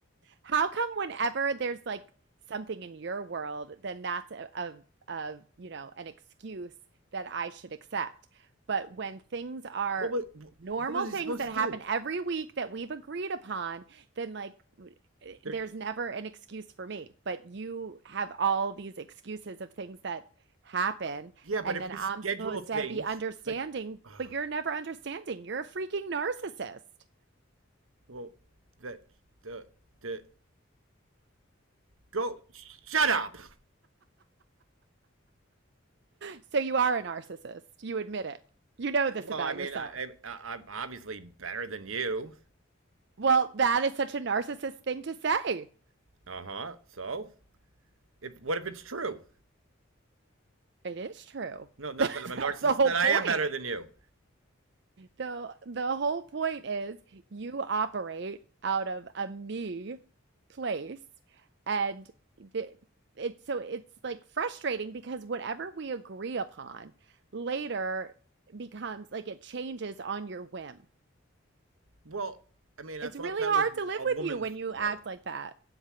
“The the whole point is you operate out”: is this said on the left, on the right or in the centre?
Right